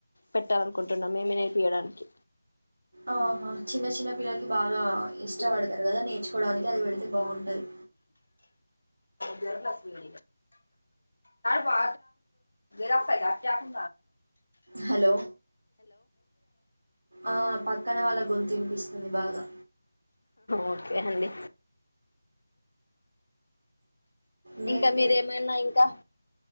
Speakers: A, on the left; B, on the right.
A: పెట్టాల అనుకుంటున్నాం మేమే నేర్పియడానికి
B: ఆహా చిన్న చిన్న పిల్లలకి బాగా ఇష్టపడతారు
A: హలో
B: కదా నేర్చుకోవడానికి అది పెడితే బాగుంటది
A: గర్లాస్ వ బ గసకు
B: హలో ఆ పక్కన వాళ్ళ గొంతనిపిస్తుంది బాగా
A: ఓకే అండి
B: నేర్పి
A: ఇంకా మీరేమైనా ఇంకాం